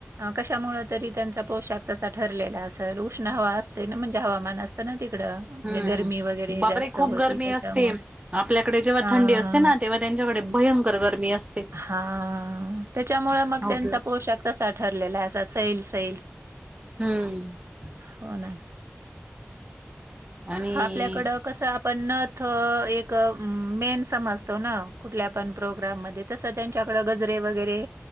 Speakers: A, on the right (about 70°); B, on the right (about 30°).
A: कशामुळे तरी त्यांचा पोशाख तसा ठरलेला असेल तक्ष्ण हवा असते ना म्हणजे हवामान असतं ना तिकडं म्हणजे
B: हम्म हम्म
A: गरमी वगैरे
B: बाप
A: जास्त
B: रे खूप
A: होते
B: गरमी
A: त्याच्यामुळे.
B: असते आपल्याकडे जेव्हा
A: हां,
B: थंडी असते ना तेव्हा त्यांच्याकडे भयंकर गर्मी असते.
A: हा त्याच्यामुळे
B: साऊथला
A: मग त्यांचा पोशाख कसा ठरलेला असा सैल सैल
B: हम्म
A: हो ना
B: आणि
A: आपल्याकडं कस आपण नथ एक मेन समज तोना कुठल्या पण प्रोग्राम म तस त्यांच्याकडे गजरे वगैरे